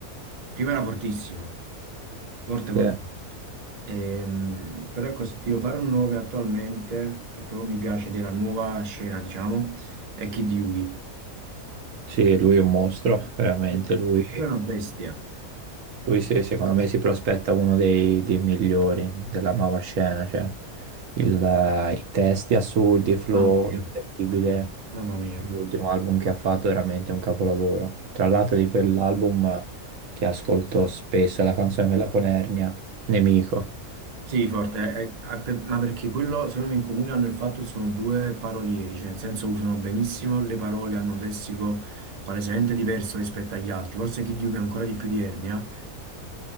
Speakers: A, on the right; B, on the right.
A: prima era fortissimo, forte,
B: Sì.
A: forte. Ehm, però ecco, se ti devo fare un nome attualmente, che proprio mi piace della nuova scena, diciamo, è Kid Yugi.
B: Sì, lui è un mostro, veramente.
A: Lui
B: Lui,
A: è una bestia,
B: lui sì, secondo me si prospetta uno dei, dei migliori della nuova scena. Cioè, il, eh, i testi assurdi, flow
A: mamma mia,
B: incredibile.
A: mamma mia. mamma mia.
B: L'ultimo album che ha fatto è veramente un capolavoro. Tra l'altro di quell'album che ascolto spesso è la canzone quella con Ernia, Nemico.
A: Sì, forte, eh, eh, per- ma perché quello secondo me in comune hanno il fatto che sono due parolieri, cioè nel senso usano benissimo le parole, hanno un lessico palesemente diverso rispetto agli altri, forse Kid Yugi ha ancora di più di Ernia,